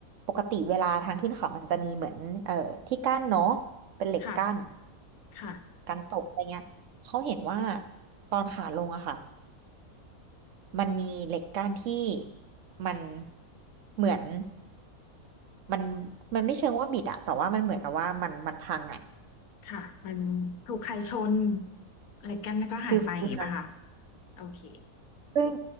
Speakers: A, on the right (about 65°); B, on the left (about 80°).
A: ปกติเวลาทางขึ้นเขามันจะมีเหมือนเอ่อที่กั้นเนาะเป็นเหล็กกั้น
B: ค่ะ ค่ะ
A: กันตกอะไรเงี้ยเขาเห็นว่าตอนขาลงอะค่ะมันมีเหล็กกั้นที่มันเหมือนมันมันไม่เชิงว่าบิดอะแต่ว่ามันเหมือนกับว่ามันมันพังอะ
B: ค่ะ มันถูกใครชนอะไรกันแล้วก็หายไปอย่างงี้ป่ะคะ
A: ฟิลฟิล
B: โอเค
A: ซึ่ง